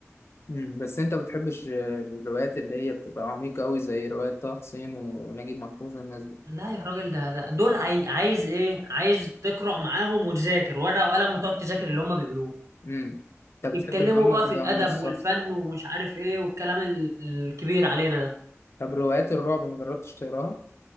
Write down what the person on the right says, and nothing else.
لا يا راجل ده ده دول عاي... عايز ايه عايز تقرأ معاهم وتذاكر ورقة وقلم وتقعد تذاكر اللي هما بيقولوه
يتكلموا
بقى
في الادب
والفن ومش عارف ايه والكلام ال- الكبير علينا ده